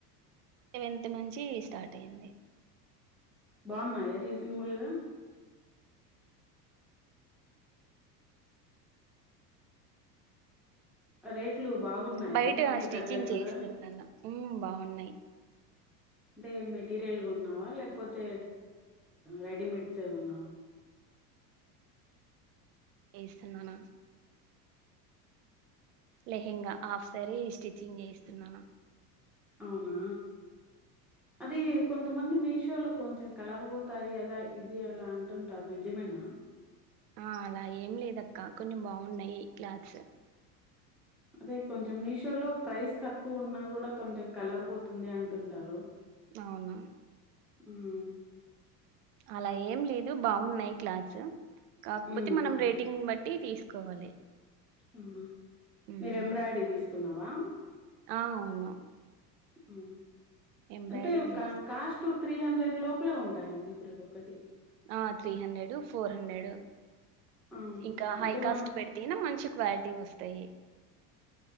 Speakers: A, on the right; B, in the centre.
A: సెవెన్త్ నుంచి స్టార్ట్ అయ్యింది
B: బాగున్నాయా రీజన్బుల్గా రేట్లు బాగున్నాయా
A: బయట
B: మనకి
A: ఆ స్టిచ్చింగ్
B: తగ్గట్టుగా
A: చేయిస్తున్నాను బావున్నాయి
B: అంటే మెటీరియల్ గోన్నావా అ లేకపోతే రెడిమెడ్స్ ఎమన్న
A: చేస్తున్నానా లెహెంగా హాఫ్ సారీ స్టిచ్చింగ్ వేయిస్తున్నాను
B: అవునా, అది కొంతమంది మీషోలో కొంచెం కలర్ పోతాయి అదా ఇది అలా అంటుంటారు నిజమేనా
A: ఆ అలా ఏం లేద అక్క కొన్ని బాగున్నాయి క్లాత్స్
B: అదే కొంచెం మీషో లో ప్రైస్ తక్కువ ఉన్నా కూడా కొంచెం కలర్ పోతుంది అంటుంటారు
A: అవునా
B: మ్...
A: అలా ఏం లేదు బాగున్నాయి క్లాస్ కాకపోతే
B: హ్మ్
A: మనం రేటింగ్ బట్ టీ తీసుకోవాలి
B: అవునా
A: మ్మ్
B: మీరు ఎంబ్రాయిడరీ తీసుకున్నా వా
A: ఆ అవును
B: అ
A: ఎంబ్రాయిడరీ
B: అంటే
A: తీసుకో
B: కాస్ట్ త్రీ హండ్రెడ్ లోపలే ఉంటాయిన్నీ ప్రతి ఒక్కటి
A: ఆ త్రీ హండ్రెడ్ ఫోర్ హండ్రెడ్
B: ఆ
A: ఇంకా
B: అంటే
A: హై కాస్ట్
B: మా
A: పెడితేనా మంచి క్వాలిటీ వస్తాయి